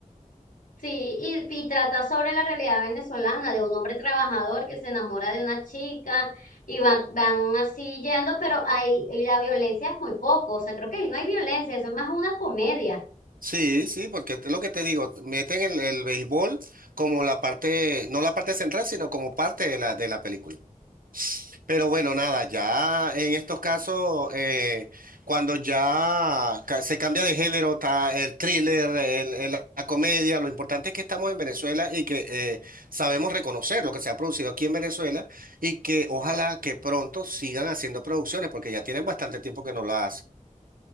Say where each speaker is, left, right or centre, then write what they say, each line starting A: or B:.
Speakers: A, on the left; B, on the right.
A: Sí, y, y trata sobre la realidad venezolana, de un hombre trabajador que se enamora de una chica y van, van así yendo, pero hay, y la violencia es muy poco, o sea, creo que ahí no hay violencia, eso es más una comedia.
B: Sí, sí, porque es lo que te digo, meten el, el béisbol como la parte, no la parte central, sino como parte de la, de la película. Pero bueno, nada, ya en estos casos, eh, cuando ya ca- se cambia de género, está el thriller, el- el- la comedia, lo importante es que estamos en Venezuela y que eh, sabemos reconocer lo que se ha producido aquí en Venezuela y que ojalá que pronto sigan haciendo producciones, porque ya tienen bastante tiempo que no lo hacen.